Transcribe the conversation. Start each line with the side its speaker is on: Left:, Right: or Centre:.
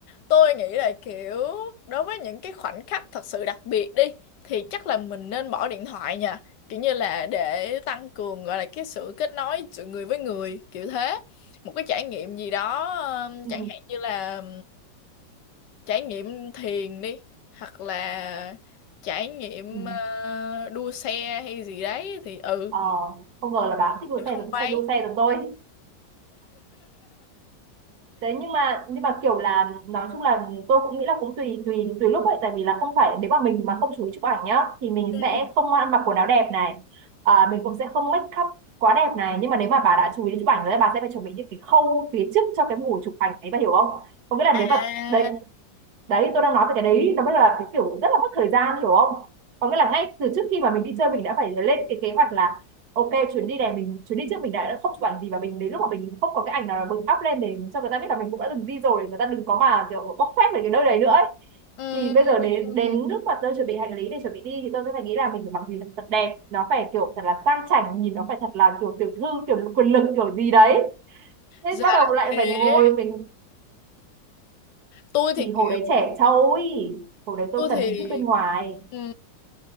Left: tôi nghĩ là kiểu đối với những cái khoảnh khắc thật sự đặc biệt đi thì chắc là mình nên bỏ điện thoại nha kiểu như là để tăng cường gọi là cái sự kết nối giữa người với người kiểu thế một cái trải nghiệm gì đó ừm,
Right: ừ.
Left: chẳng hạn như là trải nghiệm thiền đi hoặc là trải nghiệm
Right: Ừ.
Left: ờ, đua xe hay gì đấy thì ừ
Right: ờ không ngờ là bà cũng thích đua
Left: mình
Right: xe
Left: không
Right: giống
Left: quay
Right: xem đua xe giống tôi thế nhưng mà nhưng mà kiểu là nói chung là tôi cũng nghĩ là cũng tùy tùy tùy lúc vậy tại vì là không phải nếu mà mình mà không chú ý chụp ảnh nhá thì mình
Left: ừ.
Right: sẽ không ăn mặc quần áo đẹp này à, mình cũng sẽ không make up quá đẹp này nhưng mà nếu mà bà đã chú ý đến chụp ảnh rồi bà sẽ phải chuẩn bị những cái khâu phía trước cho cái mùa chụp ảnh ấy bà hiểu không có nghĩa là
Left: à
Right: nếu mà đấy đấy tôi đang nói về cái đấy nó mới là cái kiểu rất là mất thời gian hiểu không có nghĩa là ngay từ trước khi mà mình đi chơi mình đã phải lên cái kế hoạch là ok chuyến đi này mình chuyến đi trước mình đã không chụp ảnh gì và mình đến lúc mà mình không có cái ảnh nào là mình up lên để cho người ta biết là mình cũng đã từng đi rồi để người ta đừng có mà kiểu bóc phét về cái nơi đấy nữa ấy.
Left: ừ.
Right: thì bây giờ đến
Left: ừ.
Right: đến lúc mà tôi chuẩn bị hành lý để chuẩn bị đi thì tôi sẽ phải nghĩ là mình phải mặc gì thật đẹp nó phải kiểu thật là sang chảnh nhìn nó phải thật là kiểu tiểu thư kiểu quyền lực kiểu gì đấy thế
Left: là
Right: bắt đầu lại
Left: thế
Right: phải ngồi mình
Left: tôi thì
Right: thì hồi
Left: kiểu
Right: đấy trẻ trâu ý hồi đấy tôi
Left: tôi thì
Right: cần hình thức bên ngoài
Left: ừ.